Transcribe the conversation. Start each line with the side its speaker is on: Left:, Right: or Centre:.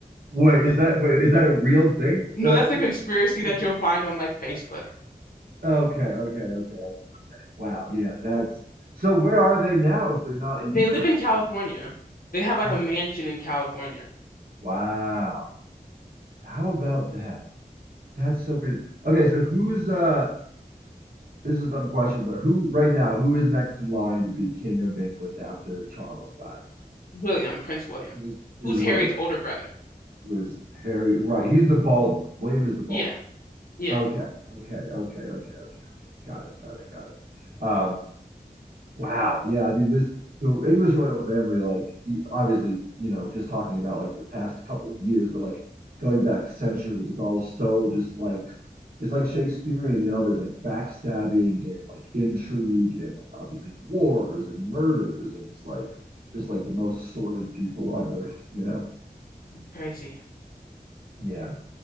Right: Wait, is that wait, is that a real thing?
Left: No,
Right: That,
Left: that's a conspiracy
Right: that,
Left: that you'll find on like Facebook.
Right: that- okay. Okay. Okay. Okay. Okay. Wow. Yeah. That's so. Where are they now if they're not in
Left: They
Right: England?
Left: live in California. They have like
Right: Ah,
Left: a mansion in California.
Right: wow. How about that? That's so crazy. Okay. So who's uh? This is a dumb question, but who right now? Who is next in line to be king of England after Charles dies?
Left: William, Prince William,
Right: It is, it
Left: who's
Right: is William,
Left: Harry's older brother.
Right: who is Harry. Right. He's the bald one. William is the bald
Left: Yeah,
Right: one.
Left: yeah,
Right: Okay. Okay. Okay. Okay. Okay. Okay. Got it. Got it. Got it. Um, wow. Yeah. I mean, this, the English royal family, like, y- obviously, you know, just talking about like the past couple of years, but like going back centuries, it's all so just like, it's like Shakespearean, you know, there's like backstabbing and like intrigue and like obviously wars and murders. And it's like, just like the most sordid people on earth, you know?
Left: crazy.
Right: Yeah.